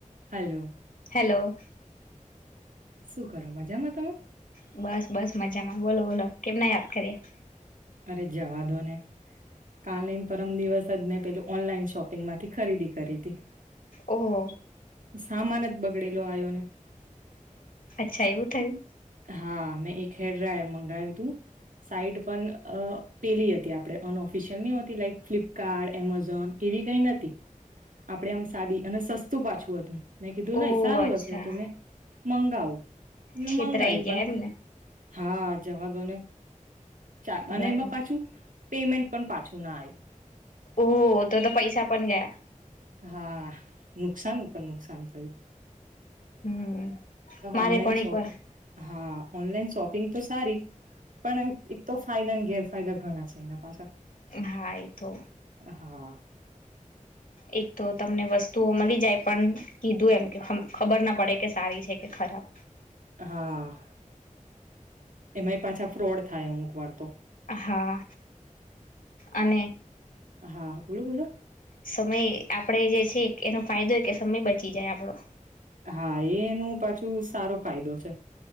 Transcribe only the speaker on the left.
હેલો
બસ બસ મજામાં બોલો બોલો કેમના યાદ કરીએ
ઓહો
અચ્છા એવું થયું
ઓહ
અચ્છા
છેતરાઈ
ગયા
એમને
બરાબર
ઓહ તો તો પૈસા પણ ગયા
હમ મારે
પણ
એક વાર
હા એ તો
એક તો તમને વસ્તુ તું મળી જાય પણ કીધું એમ કે ખબર ના પડે કે સારી છે કે ખરાબ
હા અને
સમય આપડે જે છે એનો ફાયદોય કે સમય બચી જાય આપડો